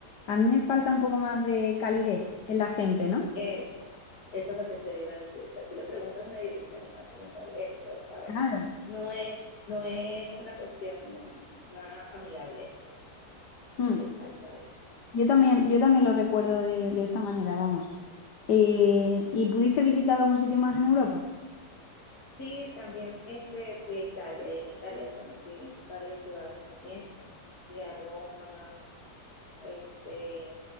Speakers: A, on the left; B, on the left.
A: a mí me falta un poco más de calidez en la gente, ¿no?
B: Eh, eso es lo que te iba a decir. O sea, tú le preguntas una dirección y están como molestos ¿sabes?
A: Claro.
B: No es, no es una cuestión más amigable, ¿no?
A: Mm.
B: Si les falta eso.
A: Yo también, yo también lo recuerdo de, de esa manera, vamos. Eh, ¿y pudiste visitar algún sitio más en Europa?
B: Sí, también este, fui a Italia y en Italia conocí varias ciudades también. Fui a Roma, Este,